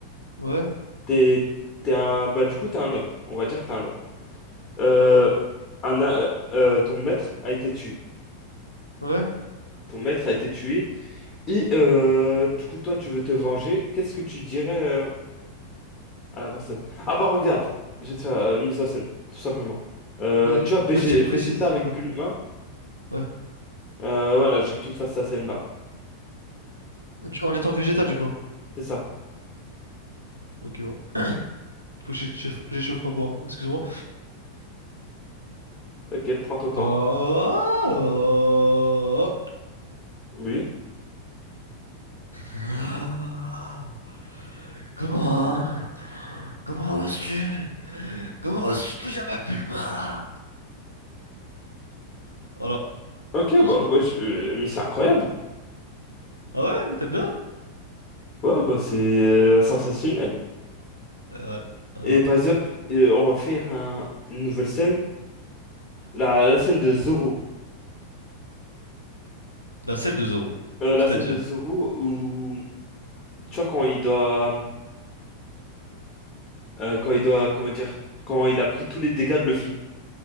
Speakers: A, on the right; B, on the left.
A: Ouais,
B: T'es, t'es un, bah, du coup, t'es un homme. On va dire que t'es un homme. Euh, un, a- euh, ton maître a été tué.
A: ouais.
B: Ton maître a été tué. Et euh, du coup, toi, tu veux te venger. Qu'est-ce que tu dirais euh, à la personne? Ah bah regarde, je vais te faire euh, une mise en scène, tout simplement. Euh,
A: Mais il
B: tu vois,
A: il
B: BG
A: me faut une scène
B: Vegeta
A: précise,
B: avec
A: ouais,
B: Bulma.
A: ouais.
B: Euh, voilà, je veux que tu me fasses cette scène-là.
A: Du- En étant végétal, du coup.
B: C'est ça.
A: Ok, bon. Faut que j'échauffe j'échauffe ma voix, hein. Excuse-moi.
B: T'inquiète, prends ton temps.
A: Oh!
B: Oui.
A: Ah. Comment? Comment oses-tu? Comment oses-tu toucher à ma Bulma? Voilà.
B: Ok,
A: Pense
B: bah
A: quoi?
B: ouais, je- euh, mais c'est incroyable.
A: Ah ouais? T'aimes bien?
B: Ouais, bah c'est euh, sensationnel.
A: Euh, ouais. Voilà.
B: Et par exemple, euh, on va faire un- une nouvelle scène. La, la scène de Zoro.
A: La celle de Zoro.
B: Euh,
A: C'est-à-dire.
B: la scène de Zoro où, tu vois, quand il doit... Euh, quand il doit, comment dire, quand il a pris tous les dégâts de Luffy,